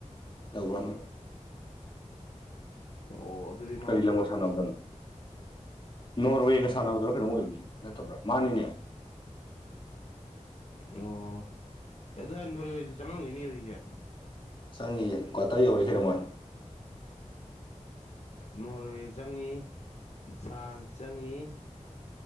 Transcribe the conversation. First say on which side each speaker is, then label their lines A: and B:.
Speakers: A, on the left; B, on the left.
A: ꯇꯧꯒ꯭ꯔꯥꯝꯅꯦ
B: ꯑꯣ ꯑꯗꯨꯗꯤ ꯃꯥꯁꯨ
A: ꯀꯔꯤ ꯂꯝꯒ ꯁꯥꯟꯅꯕꯗꯅꯣ ꯅꯣꯔꯋꯦꯒ ꯁꯥꯟꯅꯕꯗꯔꯣ ꯀꯩꯅꯣ ꯑꯣꯏꯕꯅꯤꯅꯦ ꯅꯠꯇꯕ꯭ꯔꯣ ꯃꯥꯅꯤꯅꯦ
B: ꯑꯣ ꯑꯦ ꯑꯗꯨ ꯍꯥꯟ ꯅꯣꯔꯣꯏꯁ ꯆꯪꯉꯝꯒꯣꯏꯅꯤ ꯍꯧꯖꯤꯛꯁꯦ
A: ꯆꯪꯉꯌꯦ ꯀ꯭ꯋꯥꯇꯔ ꯌꯧꯔꯁꯤꯅ ꯃꯣꯏ
B: ꯅꯣꯔꯋꯦ ꯆꯪꯉꯤ ꯐ꯭ꯔꯥꯟꯁ ꯆꯪꯉꯤ